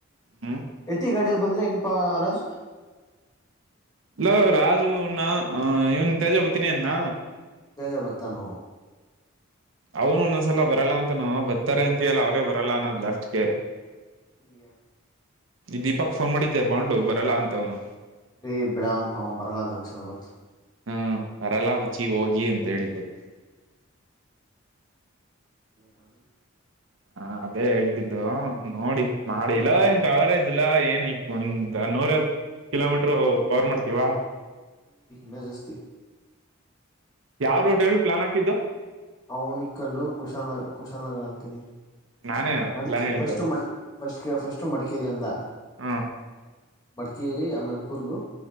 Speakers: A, on the right; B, on the left.
A: ಹ್ಮ್
B: ಎತ್ತಿ ಗಾಡಿಗೆ ಬಂದ್ರೆ ಇನಪಾ ರಾಜು.
A: ಇಲ್ಲ ರಾಜು ನ ಇವನ್ ತೇಜ ಬತೀಿನಿ ಅನ್ನ,
B: ತೇಜ ಬತ್ತಾನ?
A: ಅವನು ಒಂದೊಂದ್ಸಲ ಬರಲ್ಲ ಅಂತನ ಬರ್ತಾರೆ ಅಂತಿಯಲ್ಲ ಅವರೇ ಬರಲ್ಲ ಅನ್ನೋ್ ಅಷ್ಟಕ್ಕೆ,
B: ಈ
A: ಈ ದೀಪಕ್ ಫೋನ್ ಮಾಡಿದ್ದೆ ಬು ಬರಲ್ಲ ಅಂತವ್ನು.
B: ರೇ ಬಿಡ ಅವ ಬರಲ್ಲಂಗಗೆ ಚೆನ್ನಾಗೊತ್ತು.
A: ಹ್ಮ ಬರಲ್ಲ ಮಚಿ ಹೋಗಿ ಅಂತ ಹೇಳ್ತಿದ್ದ
B: ಯರಬ
A: ಹ ಅದೇ ಹೇಳ್ತಿದ್ದು ನೋಡಿ ಮಾಡಿಲ್ಲ ಏನ್ ಕವರೇಜ್ಲ್ಲಾ ಏನ್ ಇಪ್ಪ ಮುಂದ ನೂರ ಕಿಲೋಮೀಟರು ಕವರ್ ಮಾಡ್ತೀವಾ.
B: ನ ಜಾಸ್ತಿ
A: ಯಾವ ರೂಟ್ ಹೇಳಿ ಪ್ಲಾನ್ ಹಾಕಿದ್ದು
B: ಅವನ ಕೊಂಡು ಕುಶಾಲನಗ ಕುಶಾಲನಗರ ಅಂತ ನೀ
A: ನಾನೇ
B: ಮಡಿಕೆ
A: ಪ್ಲಾನ್ ಹೇಳಿದ್ದು
B: ಫಸ್ಟು ಮ ಫಸ್ಟ್ ಫಸ್ಟು ಮಡಿಕೇರಿಯಂದ
A: ಹ್ಮ್
B: ಬಡಕೇರಿ ಆಮೇಲೆ ಕೊರ್ಗು